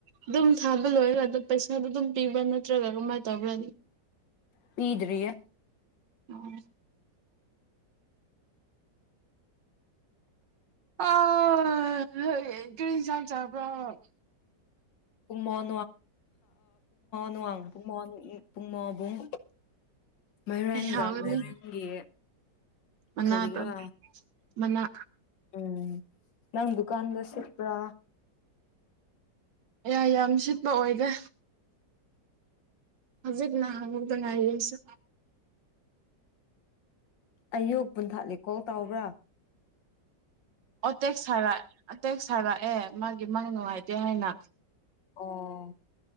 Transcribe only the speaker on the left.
ꯄꯤꯗꯔꯤꯌꯦ
<unintelligible> ꯄꯨꯡ ꯃꯥꯉꯥ ꯅꯨꯡꯋꯥꯡ ꯄꯨꯡ ꯃꯥꯉ ꯄꯨꯡ ꯃꯥꯉꯥꯕꯨꯡ ꯃꯥꯏꯔꯦꯟꯒ
ꯃꯥꯏꯔꯦꯟꯒꯤ
ꯀꯔꯤꯔꯥ
ꯎꯝ ꯅꯪ ꯗꯨꯀꯥꯟꯒ ꯁꯤꯠꯄ꯭ꯔꯥ
ꯑꯌꯨꯛ ꯄꯨꯟ ꯊꯥꯠꯂꯦꯀꯣꯜ ꯇꯥꯎꯕ꯭ꯔꯥ
ꯑꯣ